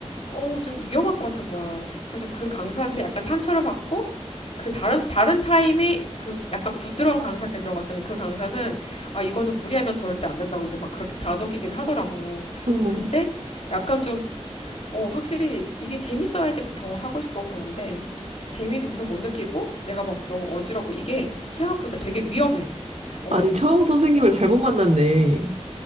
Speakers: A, on the left (about 65°); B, on the right (about 75°).
A: 어우, 좀 위험할 것 같은 거야. 그래서 그 강사한테 약간 상처를 받고, 그 다른, 다른 타임에 그 약간 부드러운 강사한테 들어갔더니 그 강사는, 아, 이거는 무리하면 절대 안 된다고 이제 막 그렇게 다독이긴 하더라고.
B: 어머.
A: 근데 약간 좀 어, 확실히 이게 재밌어야지 막 더 하고 싶고 그런데 재미도 우선 못 느끼고 내가 막 너무 어지럽고 이게 생각보다 되게 위험해. 어,
B: 아니, 처음 선생님을 잘못 만났네.